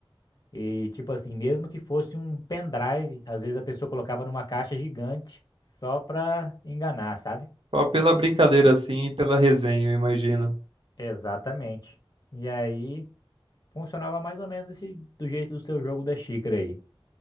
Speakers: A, on the left; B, on the right.
A: E, tipo assim, mesmo que fosse um pendrive, às vezes a pessoa colocava numa caixa gigante só pra enganar, sabe?
B: Só pela brincadeira, assim, e pela resenha, eu imagino.
A: Exatamente. E aí funcionava mais ou menos esse, do jeito do seu jogo da xícara aí.